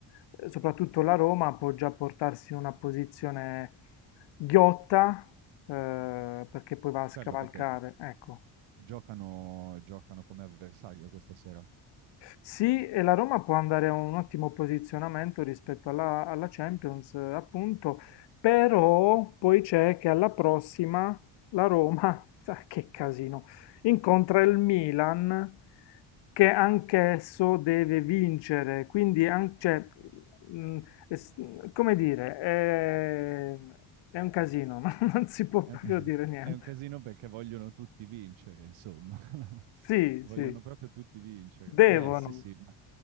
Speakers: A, on the left; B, on the right.
A: eh, soprattutto la Roma può già portarsi in una posizione ghiotta, eh, perché poi va a scavalcare.
B: Certo, perché
A: Ecco.
B: giocano, giocano come avversario questa sera.
A: Sì, e la Roma può andare a un ottimo posizionamento rispetto alla, alla Champions, eh, appunto, però poi c'è che alla prossima la Roma, <laughs> sa che casino, incontra il Milan che anch'esso deve vincere, quindi an- cioè, mm, es- come dire, è, è un casino, <laughs> non si può
B: È,
A: proprio
B: <laughs>
A: dire niente.
B: è un casino perché vogliono tutti vincere, insomma. <laughs>
A: Sì,
B: Vogliono
A: sì,
B: proprio tutti vincere.
A: devono,
B: Eh, sì, sì, ma